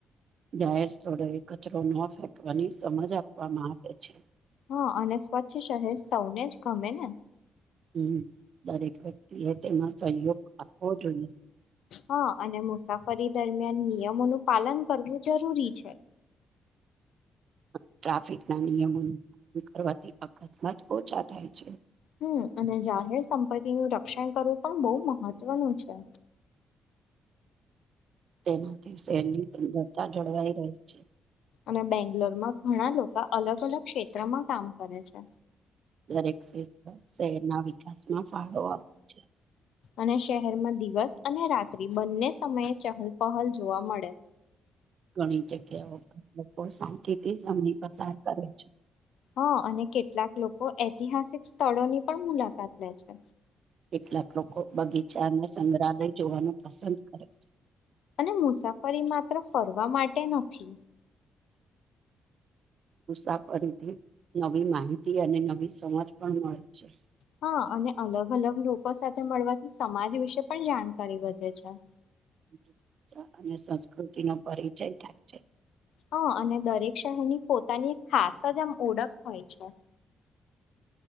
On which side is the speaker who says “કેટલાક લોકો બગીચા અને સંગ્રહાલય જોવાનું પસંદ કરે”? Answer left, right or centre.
Right